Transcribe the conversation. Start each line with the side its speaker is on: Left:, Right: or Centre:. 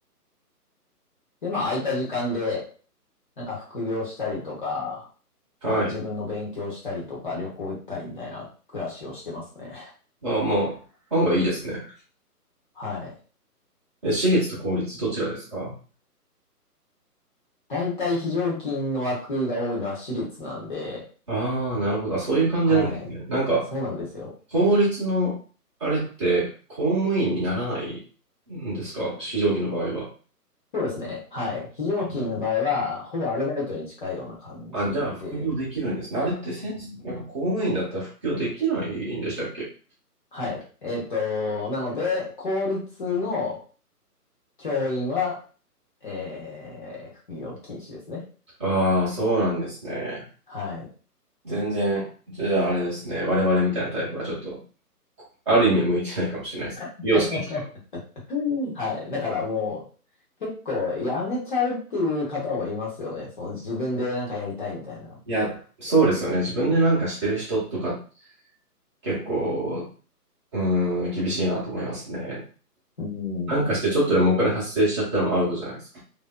Left: で、まあ、空いた時間で、なんか副業したりとか、
Right: あ、
Left: まあ、
Right: はい。
Left: 自分の勉強したりとか、旅行行ったりみたいな暮らしをしてますね。
Right: ああ、まあ、案外いいですね。
Left: はい。
Right: え、私立と公立どちらですか
Left: 大体非常勤の枠が多いのは私立なんで、
Right: ああー、なるほど。あそういう感じなんですね。
Left: はい。
Right: なんか、
Left: そうなんですよ。
Right: 法律のあれって公務員にならないんですか非常勤の場合は。
Left: そうですね。はい。非常勤の場合は、
Right: あ、
Left: ほぼアルバイトに近いような感じで、
Right: あじゃあ副業できるんですね。あれってせん、なんか公務員だったら副業できないんでしたっけ
Left: はい。えっと、なので、公立の教員は、えー、副業禁止ですね。
Right: ああ、そうなんですね。
Left: はい。
Right: 全然、じゃああれですね。我々みたいなタイプはちょっと、ある意味向いてないかもしれないです。
Left: <laughs>
Right: 利用してる人は。
Left: はい。だからもう、結構やめちゃうっていう方もいますよね。その自分でなんかやりたいみたいな。
Right: いや、そうですよね。自分でなんかしてる人とか結構、うーん、厳しいなと思いますね。
Left: うん。
Right: なんかしてちょっとでもお金発生しちゃったのもアウトじゃないですか。